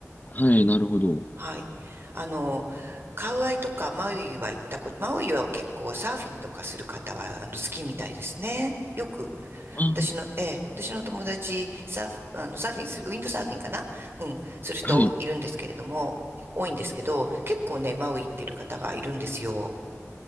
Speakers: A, on the left (about 35°); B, on the right (about 45°).
A: はい、なるほど。
B: はい。あの、カウアイとかマウイは行ったこと、マウイは結構サーフィンとかする方はあの好きみたいですね。よく、
A: あ
B: 私の、ええ、私の友達、サーフ、あの、サーフィンする、ウィンドサーフィンかなうん、する人いるんですけれども、
A: ーはい。
B: 多いんですけど、結構ね、マウイ行ってる方がいるんですよ。